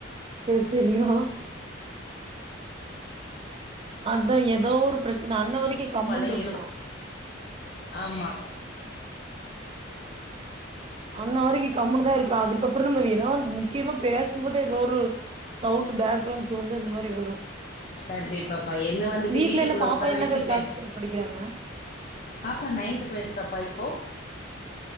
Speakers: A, on the right; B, on the left.
A: செர் செரிகா அத்தா ஏதோ ஒரு ப்ரச் சு நா அன்ன வரைக்கு கம்முன்ருக்கு
B: பழைய இரும்பு ஆமா
A: அண்ண வரைக்கு கம்முனு தா இருக்கா அதுக்கப்றோ நம்ம ஏதாவ முக்கியமா பேசும்போது ஏதோ ஒரு சவுண்டு பேக்ரவ்ண்ஸ் சோண்டு அந்த மாரி வரு
B: கண்டிப்பாப்பா என்ன வந்துட்டு
A: வீட்ல
B: வீட்டுக்குள்ள
A: எல்லா பாப்பா
B: உக்கார
A: என்னக்கா
B: வச்சு
A: கிளாஸ்
B: பே
A: படிக்கிறாங்க
B: பாப்பா நைன்த் போய்ருக் தப்பாய்ப்போ